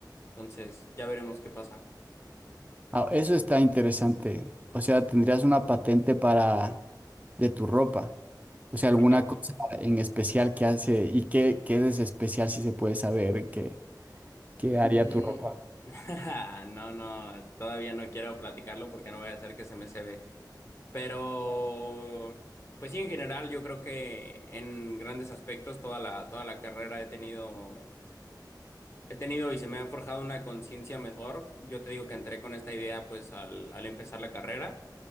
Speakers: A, on the left; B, on the right.
A: Entonces ya veremos qué pasa.
B: Ah, eso está interesante. O sea, tendrías una patente para de tu ropa. O sea,
A: Para-
B: alguna cosa en especial que hace y qué, qué es especial si se puede saber qué, qué
A: mm,
B: haría tu ropa.
A: <laughs> No, no, todavía no quiero platicarlo porque no voy a hacer que se me se Pero, pues sí, en general, yo creo que en grandes aspectos toda la, toda la carrera he tenido, he tenido y se me ha forjado una conciencia mejor. Yo te digo que entré con esta idea pues al, al empezar la carrera